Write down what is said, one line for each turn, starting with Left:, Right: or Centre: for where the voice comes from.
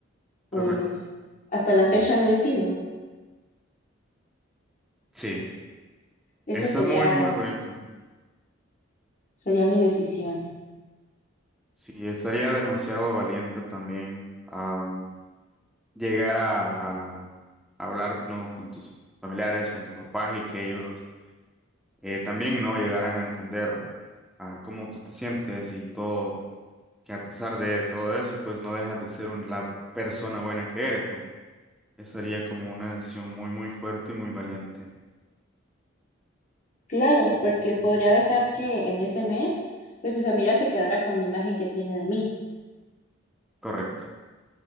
Left: pues
Centre: Correcto.
Left: hasta la fecha lo he sido.
Centre: Sí.
Left: Eso
Centre: Está
Left: sería,
Centre: muy, muy bonito.
Left: sería mi decisión.
Centre: Sí, estaría demasiado valiente también am, llegar a, a hablar, ¿no? con tus familiares, con tus papás y que ellos eh, también no llegarán a entender a cómo tú te sientes y todo, que a pesar de todo eso, pues no dejas de ser un- la persona buena que eres, ¿no? Esa sería como una decisión muy, muy fuerte y muy valiente.
Left: Claro, porque podría dejar que en ese mes pues mi familia se quedara con la imagen que tiene de mí,
Centre: Correcto.